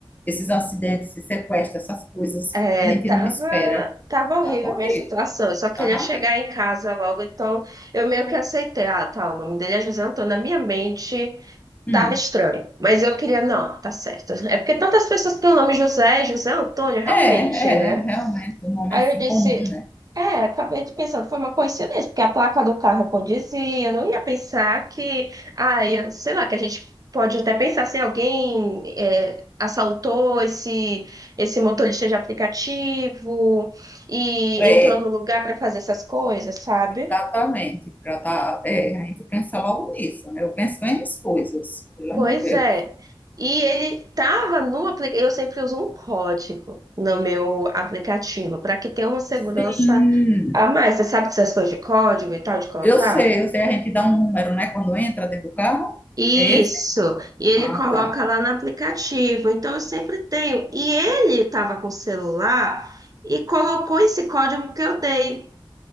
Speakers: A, on the left; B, on the right.
A: esses acidentes, esses sequestros, essas coisas
B: É,
A: que a gente
B: tava,
A: não espera.
B: tava horrível
A: tá horrível,
B: a minha situação. Eu só queria
A: tá
B: chegar
A: mesmo.
B: em casa logo, então eu meio que aceitei. Ah, tá, o nome dele é José Antônio. Na minha mente
A: Hum.
B: tava estranho, mas eu queria, não, tá certo. É porque tantas pessoas têm o nome José, José Antônio, realmente,
A: É, é,
B: né?
A: realmente, um nome
B: Aí
A: assim
B: eu disse,
A: comum, né?
B: é, acabei de pensando, foi uma coincidência, porque a placa do carro condizia, eu não ia pensar que, ah, eu, sei lá, que a gente pode até pensar se alguém é, assaltou esse, esse motorista de aplicativo e
A: É,
B: entrou no lugar para fazer essas coisas, sabe?
A: Exatamente, pra tá, é, a gente pensa logo nisso, né? Eu penso em as coisas, pelo
B: Pois
A: amor de
B: é.
A: Deus.
B: E ele tava no aplicativo, eu sempre uso um código no meu aplicativo, para que tenha uma segurança
A: Sim,
B: a mais. Você sabe dessas coisas de código e tal, de colocar?
A: eu sei, eu sei, a gente dá um número, né, quando entra dentro do carro.
B: Isso,
A: É esse?
B: e ele
A: Ah,
B: coloca
A: tá.
B: lá no aplicativo. Então eu sempre tenho. E ele estava com o celular e colocou esse código que eu dei.